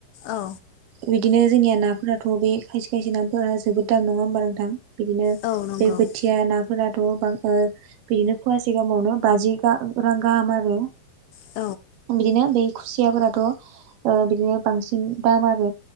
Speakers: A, on the left; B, on the right.
A: औ।
B: बिदिनो जोंनिया नाफोराथ' बे खायसे खायसे नाफोरा जोबोद दाम नंङा होमबा नोंथां? बिदिनो
A: औ नंगौ
B: बे बोथिया
A: औ
B: नाफोराथ'बां बिदिनो फुवासे गाहामावनो बाजि रां गाहाम आरो।
A: औ
B: ओम बिदिनो बै खुसियाफोराथ' बिदिनो बांसिन दाम आरो।